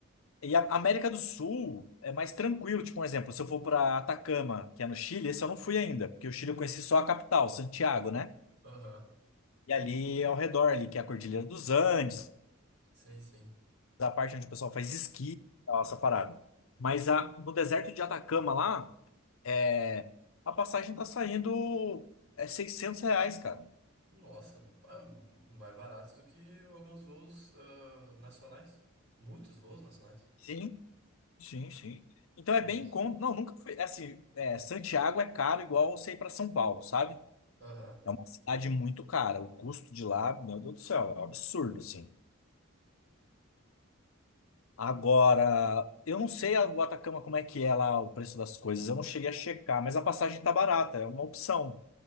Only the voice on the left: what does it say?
E a América do Sul é mais tranquilo. Tipo, um exemplo, se eu for pra Atacama, que é no Chile, esse eu não fui ainda, porque o Chile eu conheci só a capital, Santiago, né?
E ali ao redor, ali, que é a Cordilheira dos Andes,
a parte onde o pessoal faz esqui, tal, essa parada. Mas a, no deserto de Atacama lá, é, a passagem tá saindo é, 600 reais, cara.
Sim, sim, sim. Então
é bem em conta. Não, nunca foi. Assim, é, Santiago é caro igual você ir pra São Paulo, sabe?
É uma cidade muito cara. O custo de lá, meu Deus do céu, é um absurdo, assim. Agora, eu não sei a- o Atacama como é que é lá o preço das coisas, eu não cheguei a checar, mas a passagem tá barata, é uma opção,